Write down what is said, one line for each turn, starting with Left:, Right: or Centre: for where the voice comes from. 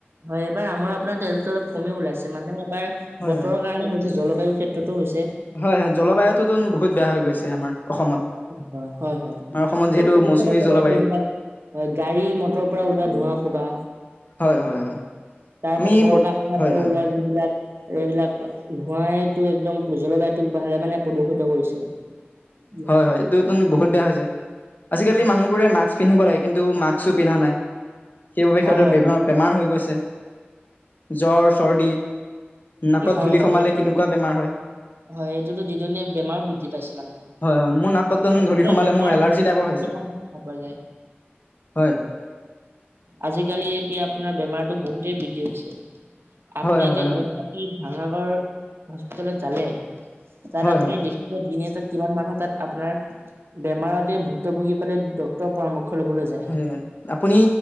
Right: হয়, এইবাৰ আমৰ আপোনাৰ তেলটো অলপ কমেই ওলাইছে মানে এবাৰ
Left: হয়
Right: বতৰৰ
Left: হয়
Right: কাৰণে হৈছে জলবায়ু ক্ষেত্ৰতো হৈছে।
Left: হয় হয়, জলবায়ুটোতো বহুত বেয়া হৈ গৈছে আমাৰ। অসমত
Right: হয় - হয় - হয়
Left: আমাৰ অসমত যিহেতু
Right: এই প্ৰদূষণে
Left: মৌচুমী
Right: হয়
Left: জলবায়ু
Right: গাড়ী মটৰৰ পৰা ওলোৱা ধোৱা খোবা।
Left: হয় - হয় - হয়।
Right: তাৰ
Left: আমি
Right: পৰা কল
Left: বত
Right: কাৰখানাৰ
Left: হয়
Right: পৰা
Left: হয়
Right: ওলাই যোনবিলাক আৰু এইবিলাক ধোৱাইটো একদম জলবায়ুটোক ভালে মানে প্ৰদূষিত কৰিছে। ইহতৰ
Left: হয় হয় বহুত বেয়া হৈছে, আজিকালি মানুহ বোৰে মাস্ক পিন্ধিব লাগে কিন্তু মাস্কো পিন্ধা নাই। সেইবাবে
Right: হয়
Left: সিহতৰ
Right: হয়
Left: বেম বেমাৰ হৈ গৈছে জ্বৰ চৰ্দি নাকত
Right: হয়
Left: ধূলি
Right: হয়
Left: সোমালে
Right: এইটো
Left: কেনেকুৱা বেমাৰ হয়
Right: হয় এইটোতো দিদনীয়া বেমাৰো বৃদ্ধি পাইছে মানুহৰ।
Left: হয় হয়, মোৰ নাকত
Right: আগতে
Left: ধূলি সোমালে
Right: বেমাৰ
Left: মোৰ এলাৰ্জি
Right: বহুত
Left: টাইপৰ হৈ
Right: দিনৰ
Left: যায়।
Right: পৰা দেখা পোৱা যায়।
Left: হয় - হয়।
Right: আজিকালি এতিয়া আপোনাৰ বেমাৰতটো বহুতেই বৃদ্ধি হৈছে আপুনি
Left: হয় হয়
Right: এতিয়া
Left: হয় হয়
Right: গুৱাহা টী ভাঙাগৰ হস্পিতেলত জালে তাত
Left: হয়
Right: আপুনি
Left: হয়
Right: দেখিব দিনে তাত কিমান মানুহ তাত আপোনাৰ বেমাৰতে ভুক্তভুগী পালে ডক্তৰৰ পৰামৰ্শ। লবলৈ যায়।
Left: হয় হয়, আপুনি